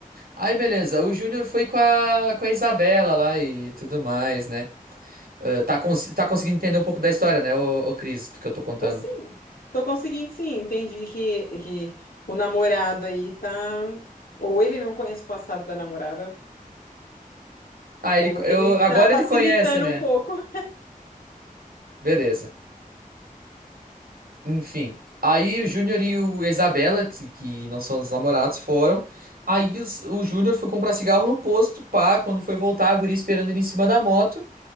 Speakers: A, on the right; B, on the left.
A: Aí, beleza, o Júnior foi com a, com a Isabela lá e tudo mais, né? Ah, tá, cons- tá conseguindo entender um pouco da história, né, ô, ô Cris, do que eu tô contando.
B: Tô sim. Tô conseguindo sim. Entendi que, que o namorado aí tá. Ou ele não conhece o passado da namorada,
A: Ah,
B: ou
A: ele,
B: ele
A: eu,
B: tá
A: agora
B: facilitando
A: ele conhece, né?
B: um pouco.
A: Beleza. Enfim. Aí o Júnior e o Isabela, que, que não são os namorados, foram. Aí os- o Júnior foi comprar cigarro no posto, pá. Quando foi voltar, a guria esperando ele em cima da moto.